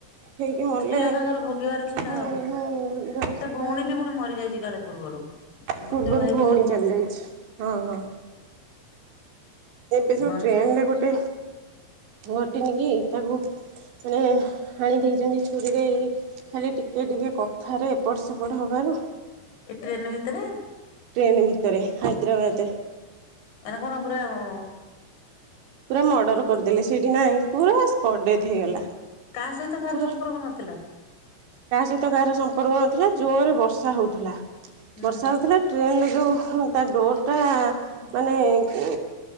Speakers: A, on the right; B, on the left.
A: ହେଇକି ମଲେ
B: ଥିଲା ତାଙ୍କର ଭୋଗିବାର ଥିଲା
A: ହୁଁ
B: ଆଉ
A: ହୁଁ ମରିବାର
B: ତା
A: ଥିଲା
B: ଭଉଣୀଟି
A: ଆଉ।
B: ପୁଣି ମରିଯାଇଛି କାଳେ ପୂର୍ବରୁ।
A: ପୂର୍ବରୁ
B: ଗୋଟେ ଭାଇ
A: ଭଉଣୀ
B: ଗୋଟେ
A: ଚାଲି ଯାଇଛି ହଁ ହଁ। ଏବେ ଯୋଉ
B: ମଣିଷ
A: ଟ୍ରେନ ରେ ଗୋଟେ ଘଟିନି କି ତାକୁ ମାନେ ହାଣି ଦେଇଛନ୍ତି ଛୁରୀରେ ଏଇ ଖାଲି ଟିକେ ଟିକେ କଥାରେ ଏପଟ ସେପଟ ହବା ହୁ।
B: ଏ ଟ୍ରେନ ଭିତରେ?
A: ଟ୍ରେନ ଭିତରେ ହାଇଦ୍ରାବାଦେ।
B: ମାନେ କଣ ପୁରା ଅଁ।
A: ପୁରା ମର୍ଡର କରିଦେଲେ ସେଇଠି ନାଇ ପୁରା ସ୍ପଟ ଡେଥ ହେଇଗଲା।
B: କା ସହିତ କାହାର
A: ପୁରା
B: ସମ୍ପର୍କ ନଥିଲା।
A: କାହା ସହିତ କାହାର ସମ୍ପର୍କ ନଥିଲା ଜୋରରେ ବର୍ଷା ହଉ ଥିଲା
B: ହୁଁ
A: ବର୍ଷା ହଉଥିଲା ଟ୍ରେନରେ ଯଉ ତା ଡୋରଟା ମାନେ ଇ